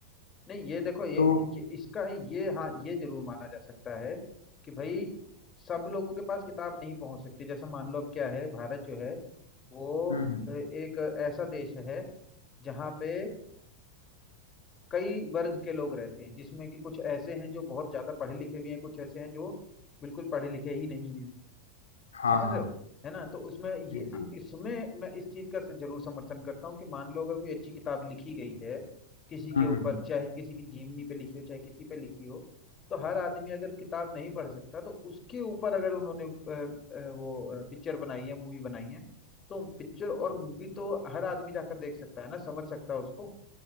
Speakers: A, on the left; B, on the left.
A: नहीं ये देखो ये,
B: तो
A: ये इसका ये हाँ ये जरूर माना जा सकता है कि भाई सब लोगों के पास किताब नहीं पहुंच सकती जैसे मान लो अब क्या है भारत जो है वो
B: हम्म हम्म,
A: अ, एक ऐसा देश है जहाँ पे अ, कई वर्ग के लोग रहते हैं जिसमें कि कुछ ऐसे हैं जो बहुत ज्यादा पढ़े लिखे भी हैं कुछ ऐसे हैं जो बिल्कुल पढ़े लिखे ही नहीं हैं
B: हाँ
A: समझ
B: हाँ
A: रहे हो है ना तो उसमें ये
B: जी जी
A: इसमें मैं इस चीज का जरूर समर्थन करता हूँ कि मान लो अगर कोई अच्छी किताब लिखी गई है किसी के
B: हम्म
A: ऊपर
B: हम्म
A: चाहे किसी की जीवनी पे लिखी हो चाहे किसी पे लिखी हो तो हर आदमी अगर किताब नहीं पढ़ सकता तो उसके ऊपर अगर उन्होंने अ, अ, वो पिक्चर बनाई है मूवी बनाई है तो पिक्चर और मूवी तो हर आदमी जाकर देख सकता है ना समझ सकता है उसको